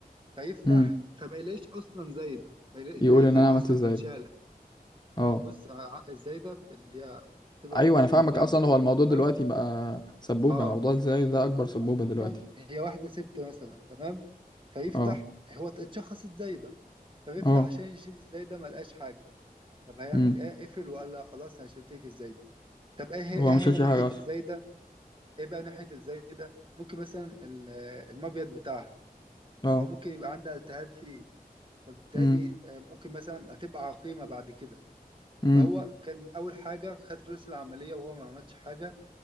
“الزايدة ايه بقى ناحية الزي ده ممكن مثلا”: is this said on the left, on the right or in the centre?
Right